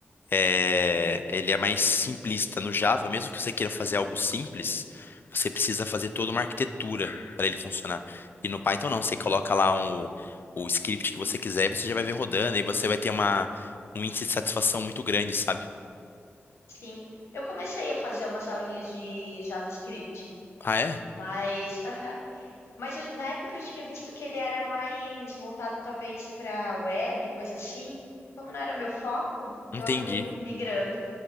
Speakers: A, on the left (about 55°); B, on the left (about 90°).
A: É, ele é mais simplista. No Java, mesmo que você queira fazer algo simples, você precisa fazer toda uma arquitetura para ele funcionar. E no Python, não, você coloca lá um, o script que você quiser e você já vai ver rodando, e você vai ter uma, um índice de satisfação muito grande, sabe?
B: Sim, eu comecei a fazer umas aulinhas de JavaScript,
A: Ah, é?
B: mas, <laughs> aham. mas eu- na época eu tinha visto que ele era mais voltado talvez para web, coisa assim. Como não era meu foco,
A: Entendi.
B: eu acabei mu- migrando.